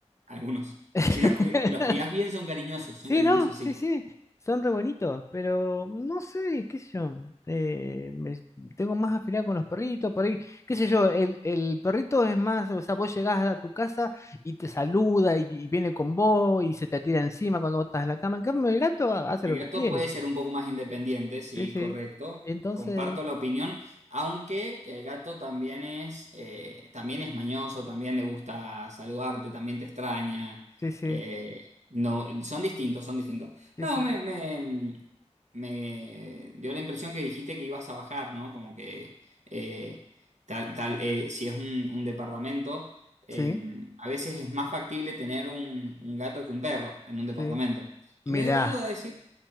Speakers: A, on the right (about 85°); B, on the left (about 25°).
A: Algunos.
B: <laughs>
A: Si los, cri- los crías bien, son cariñosos, son
B: Sí,
A: cariñosos,
B: no,
A: sí.
B: sí, sí, son re bonitos, pero no sé, qué sé yo, eh, me- tengo más afinidad con los perritos, por ahí, qué sé yo, el, el perrito es más, o sea, vos llegás a tu casa y te saluda y, y viene con vos y se te tira encima cuando vos estás en la cama, en cambio el gato ha- hace
A: El
B: lo
A: gato
B: que quiere,
A: puede ser un poco más independiente, sí,
B: sí, sí,
A: correcto.
B: entonces,
A: Comparto la opinión, aunque el gato también es, eh, también es mañoso, también le gusta saludarte, también te extraña.
B: sí, sí,
A: eh, no, son distintos, son distintos.
B: sí,
A: No,
B: sí,
A: me, me, me dio la impresión que dijiste que ibas a bajar, ¿no? Como que eh, tal, tal, eh, si es un, un departamento, eh,
B: sí,
A: a veces es más factible tener un, un gato que un perro en un departamento.
B: sí,
A: Y
B: mirá.
A: me dio la duda de decir,